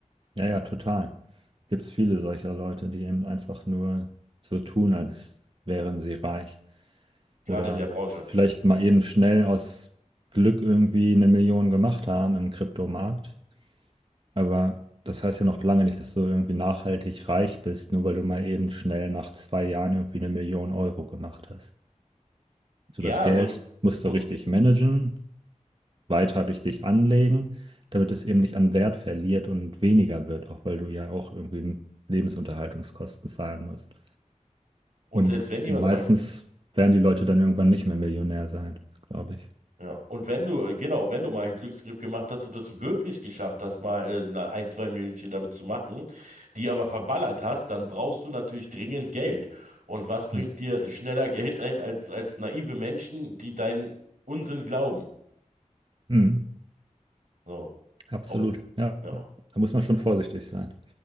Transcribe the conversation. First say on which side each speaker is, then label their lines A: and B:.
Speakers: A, on the right; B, on the right.
A: Ja, ja, total. Gibt es viele solcher Leute, die eben einfach nur so tun, als wären sie reich.
B: gerade
A: Oder
B: in der Branche.
A: vielleicht mal eben schnell aus Glück irgendwie eine Million gemacht haben im Kryptomarkt. Aber das heißt ja noch lange nicht, dass du irgendwie nachhaltig reich bist, nur weil du mal eben schnell nach zwei Jahren irgendwie eine Million Euro gemacht hast. So,
B: Ja,
A: das Geld
B: und,
A: musst
B: und,
A: du richtig managen, weiter richtig anlegen, damit es eben nicht an Wert verliert und weniger wird, auch weil du ja auch irgendwie Lebensunterhaltungskosten zahlen musst.
B: und
A: Und
B: selbst wenn jemand
A: meistens
B: mal
A: werden die Leute dann irgendwann nicht mehr Millionär sein, glaube ich.
B: Ja, und wenn du, äh, genau, wenn du mal einen Glücksgriff gemacht hast und das wirklich geschafft hast, mal äh, na- ein, zwei Millionchen damit zu machen, die aber verballert hast, dann brauchst du natürlich dringend Geld. Und was bringt
A: Hm.
B: dir schneller Geld ein als, als naive Menschen, die deinen Unsinn glauben?
A: Hm.
B: So,
A: Absolut.
B: Au-
A: Ja,
B: ja.
A: da muss man schon vorsichtig sein.